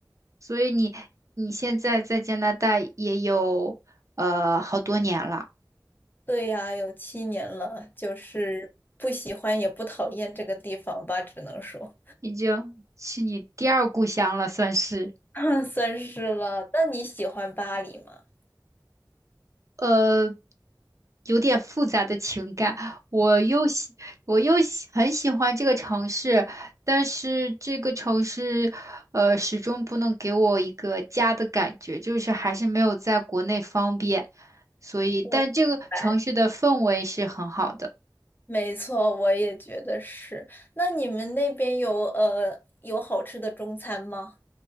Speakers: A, on the right (about 45°); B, on the left (about 25°).
A: 所以你你现在在加拿大也有呃好多年了，
B: 对呀，有七年了，就是不喜欢也不讨厌这个地方吧，只能说，
A: 已经是你第二故乡了，算是。
B: <laughs> 算是了。那你喜欢巴黎吗？
A: 呃，有点复杂的情感。我又喜，我又喜很喜欢这个城市，但是这个城市，呃，始终不能给我一个家的感觉，就是还是没有在国内方便。所以，但这个城市的氛围是很好的
B: 我。来。没错，我也觉得是。那你们那边有呃有好吃的中餐吗？